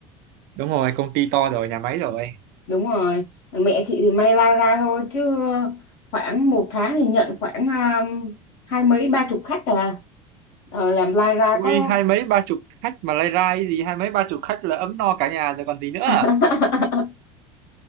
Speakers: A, on the right; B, on the left.
A: Đúng rồi công ty to rồi nhà máy rồi
B: <laughs> đúng rồi còn mẹ chị thì may lai rai thôi chứ ờ, khoảng một tháng thì nhận khoảng um, hai mấy ba chục khách à Ờ, làm lai ra
A: Ui
B: có
A: hai mấy ba chục khách mà lai rai gì Hai mấy ba chục khách là ấm no cả nhà rồi còn gì nữa
B: <laughs>